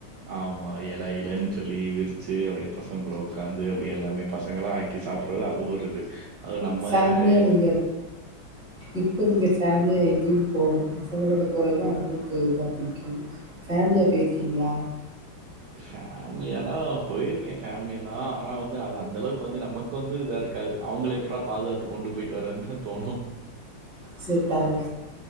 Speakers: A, on the right; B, in the centre.
A: ஆமா எல இலன் சொல்லி விரிச்சு அப்டே பசங்க கூட உக்காந்து அப்டே எல்லாமே பசங்கள்லா ஆக்கி சா ப்பறது அது ஒரு இது அதுவும் நம்ம
B: ஃபேம்லியா
A: ஏத்தி-
B: நீங்க இப்ப நீங்க ஃபேம்லியா எ ங்கியும் போவோம் பசங்களோட குரல்தா உங்குளுக்கு இதா பிடிக்கும் ஃபேம்லியா போயிர்க்கீங்ளா
A: ஃபேம்லியானா போயிருக்கே ஃபேம்லியெல்லா ஆனா வந்து அது அந்தளவுக்கு வந்து நமக்கு வந்து இதா இருக்காது அவ்ங்கள எப்புட்ரா பாதுகாத்து கொண்டு போயிட்டு வரதுன்தா தோணு
B: செத்தாங்க